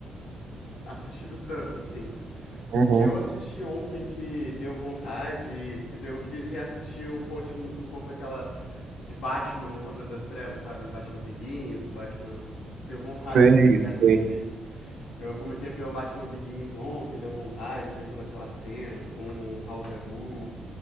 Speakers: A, on the left (about 80°); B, on the right (about 65°).
A: assistido tanto, assim.
B: Uhum.
A: O que eu assisti ontem que deu vontade, e daí eu quis reassistir um pouco, um pouco daquela de Batman, o Cavaleiro das Trevas, sabe? Batman Begins, o Batman... Deu vontade
B: Sei,
A: de reassistir.
B: sei.
A: Eu comecei pelo Batman Begins ontem, deu vontade de ver toda aquela cena com o House Agul.